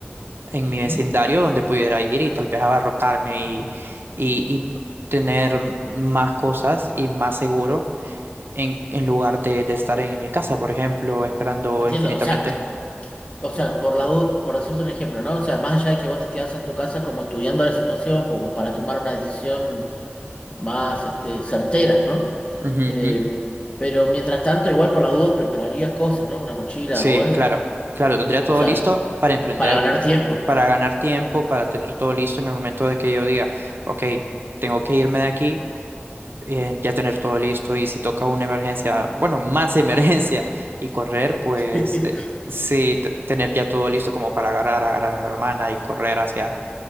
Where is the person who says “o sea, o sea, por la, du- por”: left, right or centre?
Left